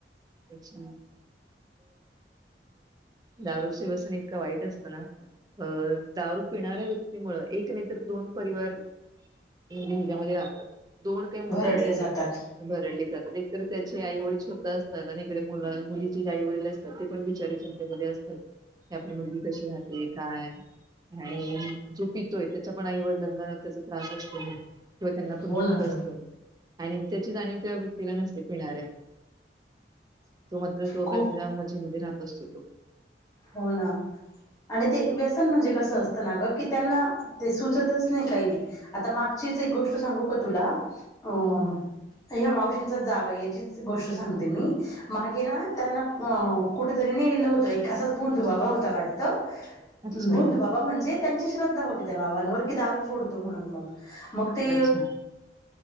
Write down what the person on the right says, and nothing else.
अच्छा दारू शि वसन इतका वाईट असतो ना. अ दारू पिणाऱ्या व्यक्तीमुळ एक नाही तर दोन परिवार. हजे हिजामध्ये राहतात. दोन काय म्हणत
एक दोन
भरडले जातात एकत त्याचे आई वडील स्वतःचं. आणि इकडे मु मुलीचे आई वडील असतात ते पण बिचारी चिंतेत असतात. की आपली मुलगी कशी राहते काय. आणि जो पितोय त्याच्या पण. आई-वडीलांना त्याचा त्रास असतो. किंवा त्यांना पण
दुःख
असतं
आणि त्याची जाणीव त्या व्यक्तीला नसते पिणाऱ्या. तो मात्र तो आपल्या
तेच्या मजेमध्ये राहत असतो तो.
हा हा
अच्छा
अच्छा